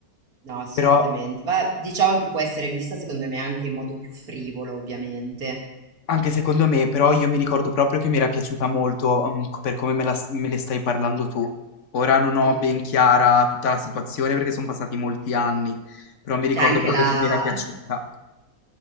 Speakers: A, on the right; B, on the left.
A: No, assolutamente.
B: Però,
A: Ma diciamo che può essere vista, secondo me, anche in modo più frivolo, ovviamente.
B: anche secondo me, però io mi ricordo proprio che mi era piaciuta molto, mm, co- per come me la s- me ne stai parlando tu. Ora non ho
A: Mm, mm.
B: ben chiara tutta la situazione perché sono passati molti anni, però mi ricordo
A: C'è anche
B: proprio
A: la...
B: che mi era piaciuta.